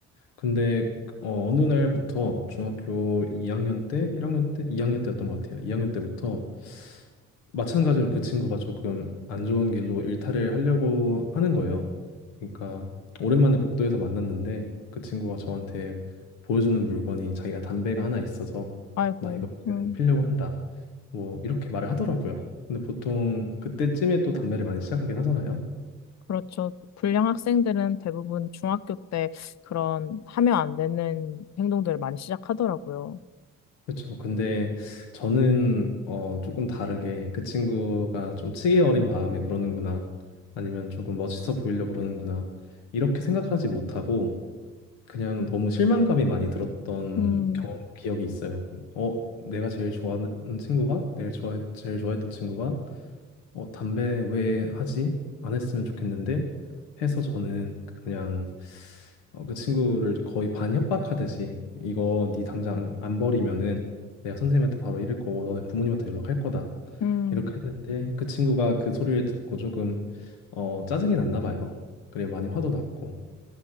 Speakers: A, on the left; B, on the left.
A: 근데 어, 어느 날부터 중학교 2학년 때, 1학년 때, 2학년 때였던 것 같아요. 2학년 때부터 마찬가지로 그 친구가 조금 안 좋은 길로 일탈을 하려고 하는 거예요. 그러니까 오랜만에 복도에서 만났는데 그 친구가 저한테 보여주는 물건이 자기가 담배가 하나 있어서
B: 아이고,
A: 나 이거 지금
B: 음,
A: 피려고 한다. 뭐 이렇게 말을 하더라고요. 근데 보통 그때쯤에 또 담배를 많이 시작하긴 하잖아요.
B: 그렇죠. 불량 학생들은 대부분 중학교 때 그런 하면 안 되는 행동들을 많이 시작하더라고요.
A: 그렇죠. 근데 저는 어 조금 다르게 그 친구가 좀 치기 어린 마음에 그러는구나. 아니면 조금 멋있어 보이려고 그러는구나. 이렇게 생각하지 못하고 그냥 너무 실망감이 많이 들었던
B: 음,
A: 경험 기억이 있어요. 어, 내가 제일 좋아하는 친구가, 내일 좋아 제일 좋아했던 친구가 어, 담배 왜 하지? 안 했으면 좋겠는데 해서 저는 그냥 어, 그 친구를 거의 반 협박하듯이 이거 네 당장 안, 안 버리면은 내가 선생님한테 바로 이를 거고 너는 부모님한테 연락할 거다
B: 음.
A: 이렇게 했는데 그 친구가 그 소리를 듣고 조금 어, 짜증이 났나 봐요. 그리고 많이 화도 났고